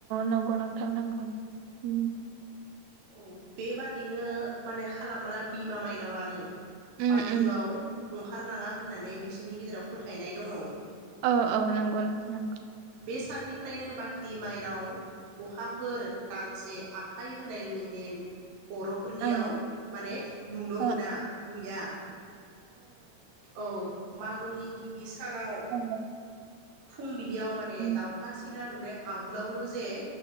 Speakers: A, on the right; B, on the right.
A: नंगौ नोंथां नंगौ। उम।
B: औ बेबादि बिनो माने खालामब्ला बिमा माइनावआनो
A: उम
B: बायजोआव
A: उम
B: ओंखारलाङा होननानै बिसोरनि गेजेराव फोथायनाय दङ।
A: ओ औ नंगौ नोंथां नोंगौ।
B: बे साननिफ्रायनो बाख्रि माइनाव अखाफोर आखाइ होनायनि नेम बर'फोरनियाव
A: ओ
B: माने नुनो
A: ओ
B: मोना गैया। औ मागनि गिबि सानाव
A: ओ औ
B: फुंबिलियाव माने
A: उम
B: दाउखा सिला नुनाय आगोलावनो जे